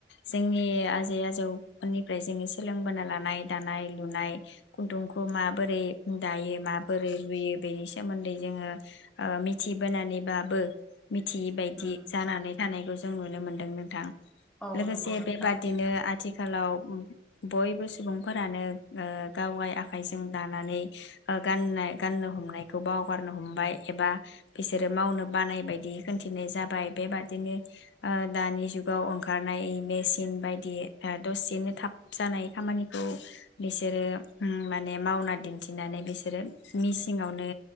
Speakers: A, on the left; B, in the centre.
A: जोंनि आजै आजौफोरनिफ्राय जोङो सोलोंबोनो लानाय दानाय लुनाय खुन्दुंखौ मा बोरै दायो माबोरै रुयो बेनि सोमोन्दै जोङो ओ मिथि बोनानैबाबो मिथियै बायदि
B: उम
A: जानानै थानायखौ जो जों नुनो मोन्दों नोंथां।
B: औ
A: लोगोसे
B: नंगौ नोंथां
A: बे बादिनो आथि आथिखालाव बयबो सुबुंफोरानो ओ गावगाय आखाइजों दानानै ओ गाननाय गाननो हमनायखौ बावगारनो हमबाय एबा बिसोरो मावनो बानाय बायदि खिथिनाय जाबाय बेबादिनो ओ दानि जुगाव ओंखारनाय मेसिन बायदि ओ दसेनो थाब जानाय खामानिखौ बिसोरो उम माने मावना दि थिनानै बिसोरो मिसिंआवनो